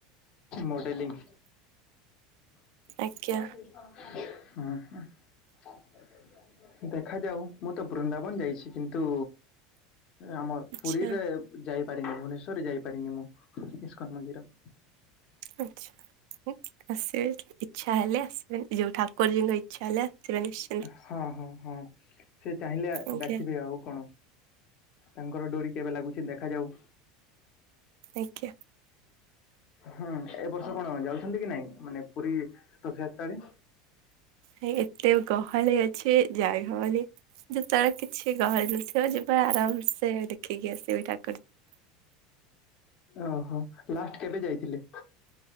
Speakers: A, on the left; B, on the right.
A: ମଡ଼େଲିଂ।
B: ଆଜ୍ଞା।
A: ହୁଁ ହୁଁ। କା ଦେଖାଯାଉ ମୁଁ ତ ବୃନ୍ଦାବନ୍ ଯାଇଛି କିନ୍ତୁ ଆମ
B: ଆଚ୍ଛା
A: ପୁରୀରେ ଯାଇପାରିନି ଭୁବନେଶ୍ୱରରେ ଯାଇପାରିନି ମୁଁ ଇସ୍କନ ମନ୍ଦିର।
B: ଆଚ୍ଛା। ଆସିବେ ଇଚ୍ଛା ହେଲେ ଆସିବେ ଯୋଉ ଠାକୁରଜୀଙ୍କ ଇଚ୍ଛା ହେଲେ ଆସିବେ ନିଶ୍ଚି
A: ହଁ ହଁ ହଁ ସେ ଚାହିଁଲେ
B: ଆଜ୍ଞା।
A: ଡ଼ାକିବେ ଆଉ କଣ। ତାଙ୍କର ଡୋରି କେବେ ଲାଗୁଛି ଦେଖାଯାଉ।
B: ଆଗ୍ୟା।
A: ହଁ ଏ ବର୍ଷ କଣ ଯାଉଛନ୍ତି କି ନାଇଁ ମାନେ ପୁରୀ ରଥଯାତ୍ରାରେ?
B: ନାଇଁ ଏତେ ଗହଳି ଅଛି ଯାଇ ହବନି। ଯେତେବେଳେ କିଛି ଗହଳି ନଥିବ ଯିବା ଆରାମ ସେ ଦେଖିକି ଆସିବି ଠା
A: ଓହୋ, ଲାଷ୍ଟ୍ କେବେ ଯାଇଥିଲେ?